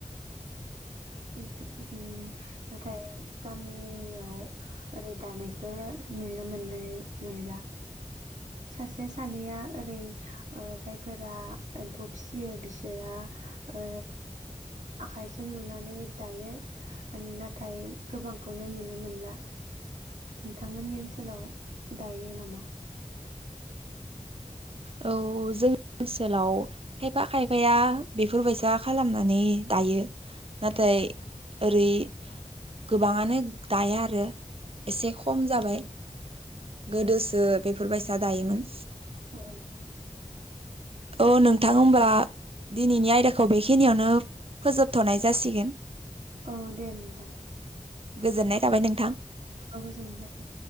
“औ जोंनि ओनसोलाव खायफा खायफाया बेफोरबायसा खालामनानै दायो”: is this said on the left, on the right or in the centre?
Right